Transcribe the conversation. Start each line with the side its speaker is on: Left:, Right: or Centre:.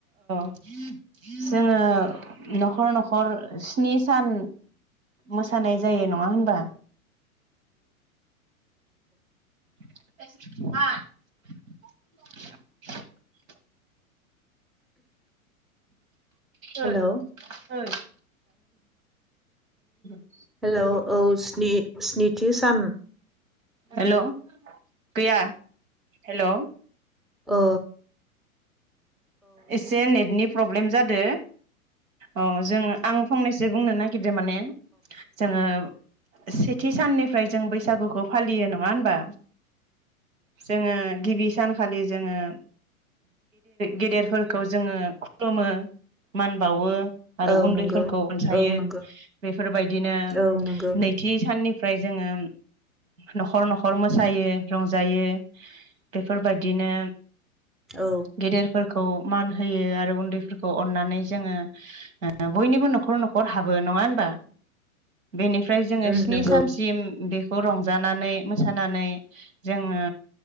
Right: <inaudible> जोङो न'खर न'खर हर स्नि सान मोसानाय जायो नङा होनबा <unintelligible> ओइ
Centre: हेलौ
Right: ओइ <unintelligible>
Centre: हेलौ औ स्नि-स्निथि सान
Right: हेलौ गैया हेलौ
Centre: अ
Right: एसे नेटनि प्र प्रब्लेम जादो अ जों आं फंनैसो बुंनो नागिरदों माने जोङो सेथि साननिफ्राय जों बैसागुखौ फालियो नङा होनबा जोङो गिबि सानखालि जोङो गेदेर फोरखौ जोङो खुलुमो मान बावो आरो
Centre: औ
Right: उन्दैफोरखौ
Centre: नंगौ
Right: अनसायो
Centre: औ नंगौ
Right: बेफोरबायदिनो
Centre: औ नंगौ
Right: नैथि साननि ओमफ्राय जोङो न'खर न'खर मोसायो रंजायो बेफोरबायदिनो
Centre: औ
Right: गेदेरफोर खौ मान होयो आरो उन्दैफोरखौ अननानै जोङो ओ बयनिबो न'खर न'खर हाबो नङा होनबा बेनिफ्राय
Centre: उम
Right: जोङो स्नि
Centre: नंगौ
Right: सानसिम बे खौ रंजानानै मोसानानै जोङो